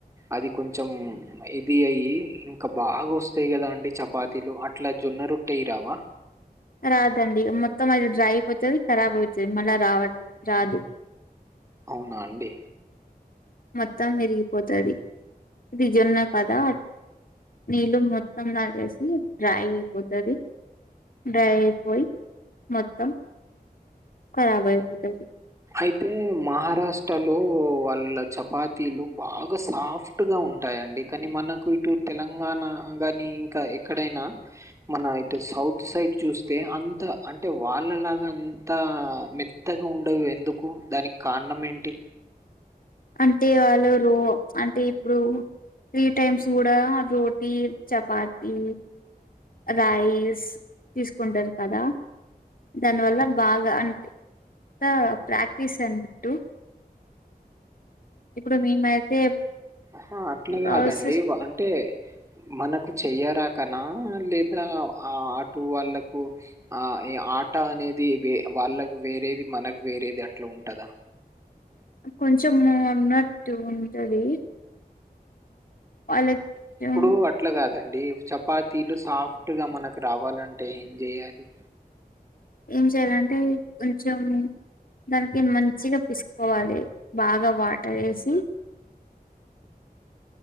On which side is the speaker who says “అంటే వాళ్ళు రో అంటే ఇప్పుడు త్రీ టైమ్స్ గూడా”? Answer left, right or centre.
Left